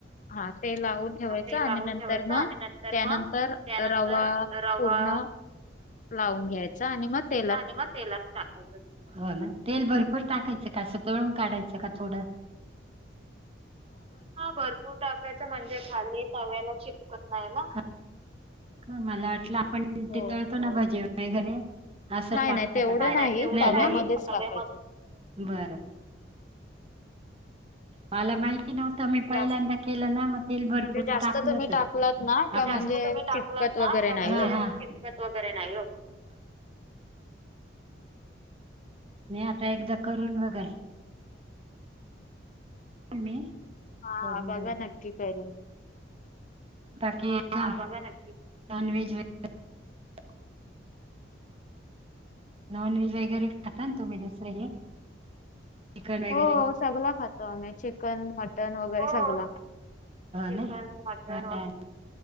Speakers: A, on the left; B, on the right.
A: हा तेल लावून ठेवायचं,
B: ते
A: आणि
B: लावून
A: नंतर
B: ठेवायचं
A: मग
B: आणि नंतर
A: त्यानंतर
B: मग
A: रवा
B: नंतर रवा
A: पूर्ण लावून घ्यायच आणि मग ते
B: आणि म तेलात टाकायचं हो ना तेल भरपूर टाकायचं का? आस तळून काढायचं का थोडं हा भरपूर टाकायच, म्हणजे खाली तव्याला चिपकत नाही ना मला वाटलं आपण
A: हो
B: ते तळतो ना भाजी वगैरे घरी आसं
A: नाही
B: टाकता
A: नाही तेवढं
B: का नाही?
A: तव्यामध्येच
B: ना
A: टाकायचं
B: बरं मला माहिती नव्ह त मी पहिल्यांदा
A: जास्त
B: केलं ना, मग तेल भरपूर
A: म्हणजे जास्त
B: टाकलं
A: तुम्ही
B: होत.
A: टाकलात ना
B: का म्हणजे
A: म्हणजे चिपकत वगैरे नाही हो
B: चिटकत वगैरे नाही ओ नाही आता एकदा करून बघाल, मी
A: हा
B: करून
A: बघा
B: बघ
A: नक्की करुन
B: बाकी नॉनव्हेज वै <inaudible> नॉन व्हेज वगैरे खाता ना तुम्ही? दुसरं हे. चिकन वगैरे,
A: हो सगला खातो आम्ही चिकन मटन वगैरे
B: हो
A: सगला.
B: ना